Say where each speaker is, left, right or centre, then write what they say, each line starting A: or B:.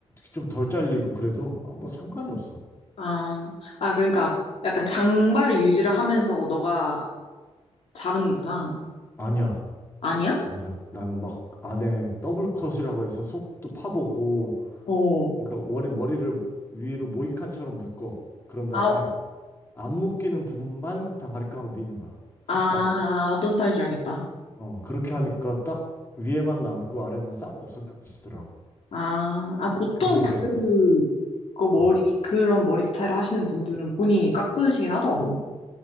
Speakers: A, on the left; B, on the left.
A: 좀 덜 잘리고 그래도 아무 상관이 없어.
B: 아, 아, 그러니까 약간 장발을 유지를 하면서 너가 자르는구나.
A: 아니야,
B: 아니야?
A: 아니야. 난 막 안에 더블 컷이라고 해서 속도 파보고,
B: 어,
A: 그러니까 머리, 머리를 위로 모이칸처럼 묶어. 그런 다음에
B: 아,
A: 안 묶이는 부분만 다 바리깡으로 미는 거야. 삭발로.
B: 아, 아, 어떤 스타일인지 알겠다.
A: 어, 그렇게 하니까 딱 위에만 남고 아래는 싹 없어지더라고.
B: 아, 아, 보통
A: 근데
B: 그,
A: 이제,
B: 그 머리,
A: 어,
B: 그런 머리 스타일 하시는 분들은 본인이 깎으시긴 하더라고.